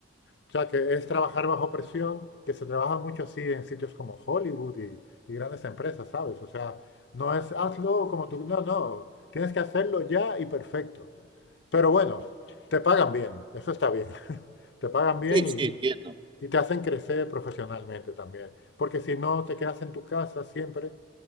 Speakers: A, on the left; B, on the right.
A: o sea, que es trabajar bajo presión, que se trabaja mucho así en sitios como Hollywood y, y grandes empresas, ¿sabes? O sea, no es hazlo como tú, no, no, tienes que hacerlo ya y perfecto. Pero bueno, te pagan bien, eso está bien, <laughs> te pagan bien
B: Sí,
A: y,
B: sí, entiendo.
A: y te hacen crecer profesionalmente también, porque si no te quedas en tu casa siempre